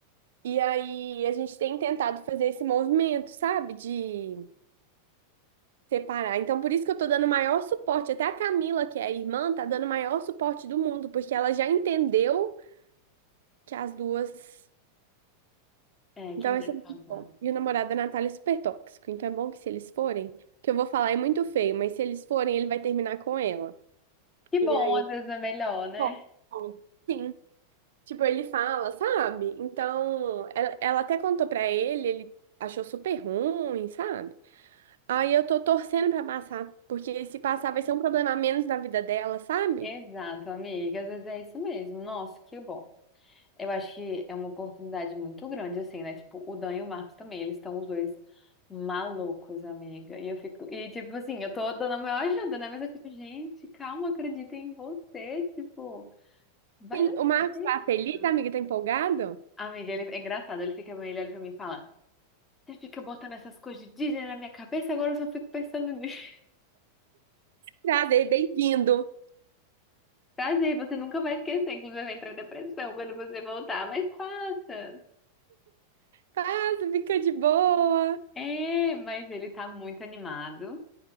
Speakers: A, on the right; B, on the left.
A: E aí a gente tem tentado fazer esse movimento, sabe, de separar. Então por isso que eu tô dando maior suporte, até a Camila, que é a irmã, tá dando o maior suporte do mundo, porque ela já entendeu que as duas
B: É,
A: Então
B: que não
A: vai
B: é
A: ser muito
B: casado.
A: bom. E o namorado da Natália é super tóxico. Então é bom que se eles forem, que eu vou falar é muito feio, mas se eles forem, ele vai terminar com ela.
B: Que
A: E
B: bom,
A: aí,
B: às vezes é melhor, né?
A: bom, sim. Tipo, ele fala, sabe? Então, ela, ela até contou pra ele, ele achou super ruim, sabe? Aí eu tô torcendo pra passar, porque se passar vai ser um problema a menos na vida dela, sabe?
B: Exato, amiga, às vezes é isso mesmo. Nossa, que bom. Eu acho que é uma oportunidade muito grande, assim, né? Tipo, o Dan e o Marcos também, eles estão os dois malucos, amiga. E eu fico, e tipo assim, eu tô dando a maior ajuda, né? Mas eu fico, gente, calma, acredita em você, tipo, vai
A: Sim,
B: dar
A: o Marcos
B: certo.
A: tá feliz, a amiga tá empolgado?
B: Amiga, ele é engraçado. Ele fica meio olhando pra mim e fala: Você fica botando essas coisas de Disney na minha cabeça, agora eu só fico pensando nisso.
A: Nada, é bem-vindo.
B: <laughs> Prazer, você nunca vai esquecer, inclusive vai entrar em depressão quando você voltar, mas passa.
A: Passa, fica de boa.
B: É, mas ele tá muito animado.